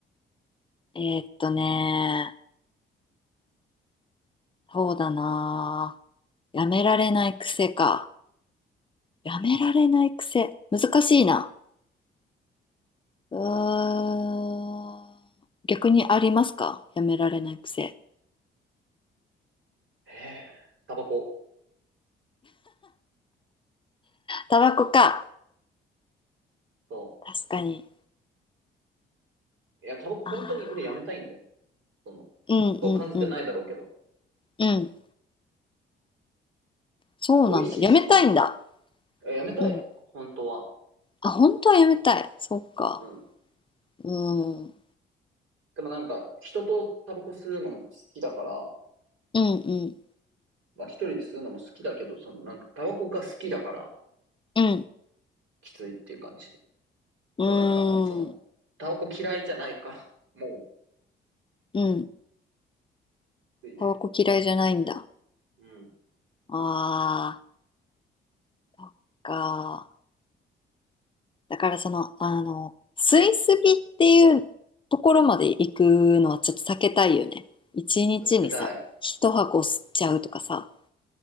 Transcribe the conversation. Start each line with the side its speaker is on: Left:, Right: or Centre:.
Left: えーっとねそうだなぁ。やめられない癖か。やめられない癖。難しいな。うーん。逆にありますかやめられない癖。
Right: えー、タバコ。
Left: タバコか。
Right: そ
Left: 確かに。
Right: う。いや、タバコ本当に俺やめたいんだよ。
Left: あ
Right: その、
Left: あうんうんうん。
Right: そう感じてないだろうけど。
Left: うん。そうなんだ。
Right: 美味しいし、
Left: やめたいんだ。
Right: いややめたい。
Left: うん。
Right: 本当は。
Left: あ、本当はやめたい。そっか。
Right: うん。
Left: うん。
Right: でもなんか、人とタバコ吸うのも好きだから、
Left: うんうん
Right: まあ一人で吸うのも好きだけど、そのなんか、タバコが好きだから、
Left: うん。
Right: きついっていう感じ。
Left: うーん。
Right: もうなんか、その、タバコ嫌いじゃないから、もう、
Left: うん。
Right: きついね。
Left: タバコ嫌いじゃないんだ。
Right: うん。
Left: ああ、そっか。だからその、あの、吸いすぎっていうところまで行くのはちょっと避けたいよね。一日にさ、
Right: 情けたい。
Left: 一箱吸っちゃうとかさ、